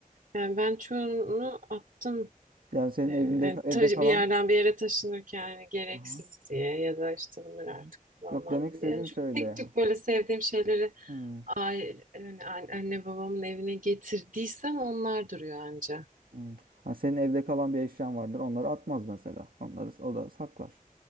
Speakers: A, on the right (about 70°); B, on the right (about 90°).
A: Yani ben çoğunu attım.
B: Yani senin
A: Ee, yani
B: evinde evde
A: taşı-
B: kalan.
A: bir yerden bir yere taşınırken yani gereksiz
B: Aha,
A: diye ya da işte bunları
B: aha.
A: artık kullanmam
B: Yok demek istediğim
A: diye. Yani çok
B: şöyle.
A: tek tük böyle sevdiğim şeyleri
B: Hmm,
A: aile, yani an- anne babamın evine getirdiysem onlar duruyor anca.
B: hmm. Ha, senin evde kalan bir eşyan vardır. Onları atmaz mesela. Onları s- o da saklar.